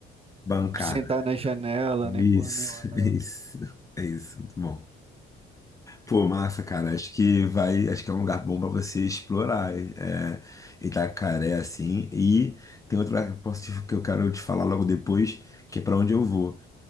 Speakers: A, on the left; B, on the right.
A: Bancada.
B: sentar na janela,
A: Isso,
B: nem porra nenhuma, não.
A: <laughs> isso. É isso, muito bom. Pô, massa, cara. Acho que vai, acho que é um lugar bom pra você explorar. É, Itacaré, assim. E tem outro lugar que eu posso te- que eu quero te falar logo depois, que é pra onde eu vou,